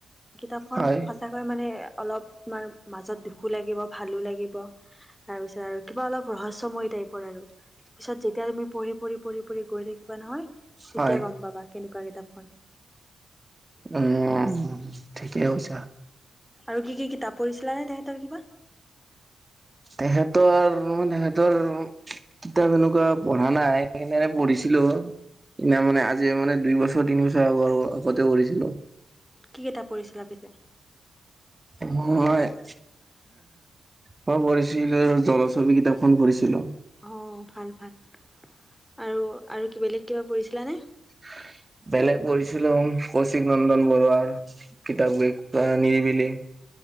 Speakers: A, in the centre; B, on the right.
A: কিতাপখন
B: হয়
A: সঁচাকৈ মানে অলপ তোমাৰ মাজত দুখো লাগিব ভালো লাগিব। তাৰপিছত আৰু কিবা ৰহস্যময়ী টাইপৰ আৰু। পিছত যেতিয়া তুমি পঢ়ি পঢ়ি পঢ়ি পঢ়ি গৈ থাকিবা নহয় তেতিয়া
B: হয়
A: গম পাবা কেনেকুৱা কিতাপখন।
B: উম, ঠিকেই কৈছা।
A: আৰু কি কি কিতাপ পঢ়িছিলা নে তেখেতৰ কিবা?
B: তেখেতৰ <unintelligible> তেখেতৰ কিতাপ এনেকুৱা পঢ়া নাই <unintelligible> পঢ়িছিলো <unintelligible> মানে আজি মানে দুই বছৰ তিনি বছৰ আগৰ আগতে কৰিছিলো।
A: কি কিতাপ পঢ়িছিলা পিছে?
B: মই <inaudible> মই পঢ়িছিলো জলছবি কিতাপখন পঢ়িছিলো।
A: অ ভাল ভাল আৰু আৰু বেলেগ কিবা পঢ়িছিলা নে?
B: <inaudible> বেলেগ পঢ়িছিলো কৌশিক নন্দন বৰুৱাৰ কিতাপ <unintelligible> নিৰিবিলি।